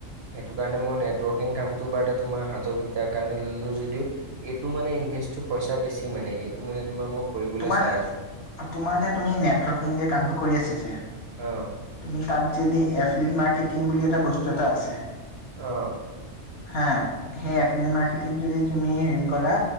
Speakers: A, on the right; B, on the left.
A: সেইটো কাৰণে মই নেটৱৰ্কিং কামটো বাৰু তোমাৰ হাতৰবিদ্যাৰ কাৰণে ললোঁ যদিও- এইটো মানে ইনভেষ্টটো পইচা বেছি মানে এইটো মানে তোমাৰ মোক কৰিবলৈ
B: তোমাৰ
A: চাই আছোঁ।
B: তোমাৰ যে তুমি নেটৱৰ্কিং যে কামটো কৰি আছা যে -
A: অ
B: তুমি তাত যদি এফলেট মাৰ্কেটিং বুলি এটা বস্তু এটা আছে।
A: অহ।
B: হা, সেই এপলাইন মাৰ্কেটিংটো যদি - তুমি হেৰি কৰা